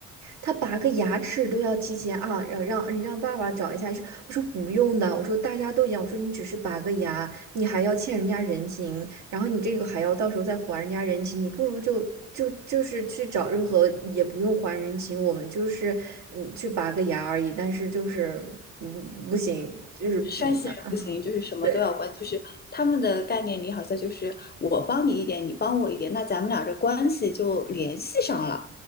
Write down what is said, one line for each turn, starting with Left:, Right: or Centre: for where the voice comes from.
Right: 他拔个牙齿都要提前啊，让让你让爸爸找一下医生。我说不用的，我说大家都一样，我说你只是拔个牙，你还要欠人家人情，然后你这个还要到时候再还人家人情，你不如就就就是去找任何也不用还人情，我们就是嗯去拔个牙而已，但是就是嗯不行，就是嗯
Left: 山西人不行，就是什么都要关，
Right: 对，
Left: 就是他们的概念里好像就是我帮你一点，你帮我一点，那咱们俩这关系就联系上了。